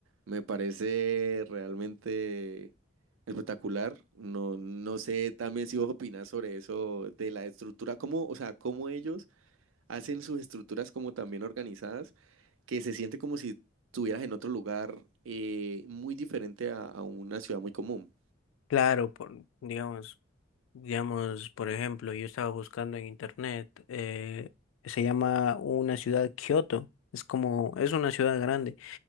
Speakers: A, on the right; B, on the left.
A: me parece realmente espectacular. No, no sé también si vos opinás sobre eso, de la estructura, cómo, o sea, cómo ellos hacen sus estructuras como también organizadas que se siente como si estuvieras en otro lugar eh, muy diferente a, a una ciudad muy común.
B: Claro, por, digamos, digamos, por ejemplo, yo estaba buscando en internet, eh, se llama una ciudad Kioto, es como, es una ciudad grande,